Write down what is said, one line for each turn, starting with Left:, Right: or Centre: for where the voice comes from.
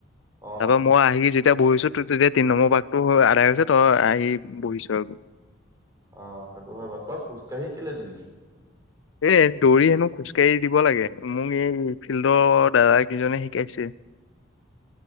Right: অ
Left: তাৰ পৰা মই আহি যেতিয়া বহিছো, তই তেতিয়া তিন নম্বৰ পাকটো আদায় হৈছে, তই আহি বহিছো আকৌ।
Right: আহ, সেইটো হয় বাৰু। তই খোজ কাঢ়ি কেলে দিলি?
Left: এ দৌৰি হেনো খোজকাাঢ়ি দিব লাগে। মোক এই ফিল্ডৰ দাদা কেইজনে শিকাইছে। <inaudible>